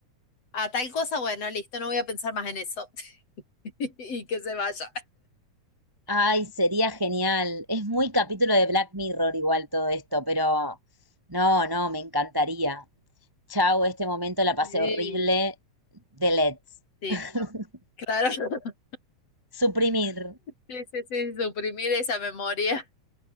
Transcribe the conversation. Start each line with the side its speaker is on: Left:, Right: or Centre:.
Left: a tal cosa, bueno, listo, no voy a pensar más en eso <laughs> y que se vaya.
Right: Ay, sería genial. Es muy capítulo de Black Mirror igual todo esto, pero no, no, me encantaría. Chau, este momento la pasé
Left: Sí,
Right: horrible. Delete.
Left: listo.
Right: <laughs>
Left: Claro, <laughs>
Right: Suprimir.
Left: sí, sí, sí, suprimir esa memoria.